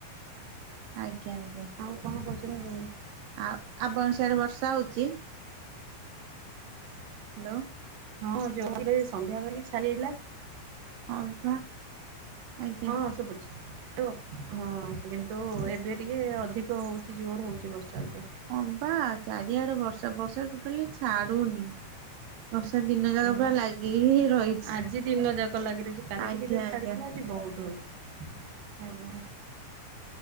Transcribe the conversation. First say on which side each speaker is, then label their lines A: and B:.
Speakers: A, on the right; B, on the right.
A: ଆଜ୍ଞା ଆଜ୍ଞା।
B: ଆଉ କଣ କହୁଛନ୍ତି କୁହନ୍ତୁ।
A: ଆଉ ଆପଣ ସିଆଡେ ବର୍ଷା ହଉଛି। ହାଲୋ।
B: ହଁ ଯୋରେ ଏଇ ସନ୍ଧ୍ୟାବେଳେ ଟିକେ ଛାଡିଜାଇଥିଲା‌।
A: ହଁ ବା। ଆଜ୍ଞା
B: ହଁ ସୁବୁଛି ହଁ କିନ୍ତୁ ଏବେ ଟିକେ ଅଧିକ। ହେଉଛି ଜୋର ହେଉଛି ବର୍ଷା ଅବିକା।
A: ହଁ ବା ଚାରିଆଡେ ବର୍ଷା ବର୍ଷା ଟୋଟାଲି ଛାଡୁନି। ବର୍ଷା ଦିନ ଯାକ ପୁରା
B: ହୁଁ
A: ଲାଗିିକି ହି ରହିଛି
B: ଆଜି ଦିନ ଯାକ ଲାଗି ରହିଛି କାଲି
A: ଆଜ୍ଞା
B: ଟିକେ ଯା
A: ଆଜ୍ଞା।
B: ଛାଡିଥିଲା <inaudible> ଆଜ୍ଞା